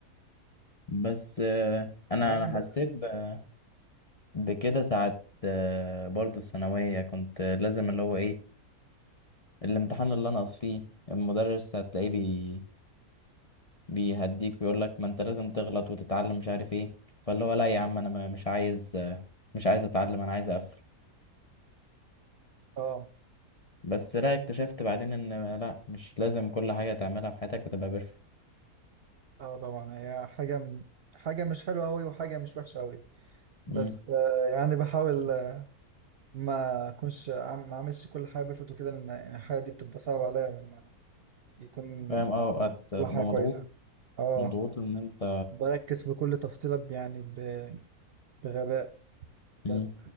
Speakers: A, on the left; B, on the right.
A: بس آه انا
B: مع ان
A: انا حسيت
B: ده
A: ب- بكده ساعه آه برضو الثانويه كنت لازم اللي هو ايه الامتحان اللي انا اقص فيه المدرس هتلاقيه بي بيهديك ويقول لك ما انت لازم تغلط وتتعلم مش عارف ايه فاللي هو لا يا عم انا ما- مش عايز آه، مش عايز اتعلم انا عايز اقفل
B: اه
A: بس لا اكتشفت بعدين ان لا مش لازم كل حاجة تعملها في حياتك تبقى بيرفكت
B: اه طبعا هي حاجه م- حاجه مش حلوه قوي وحاجه مش وحشه قوي بس
A: مم.
B: آه، يعني بحاول آه، ما اكونش أعم- ما اعملش كل حاجه بيرفكت وكده لان يعني الحاجه دي بتبقى صعبه عليا لما يكون
A: فاهم اه هت-
B: يلا
A: هتبقى
B: حاجة
A: مضغوط
B: كويسة اه
A: مضغوط ان انت
B: بركز في كل تفصيلة ب- يعني ب... بغباء
A: مم.
B: بس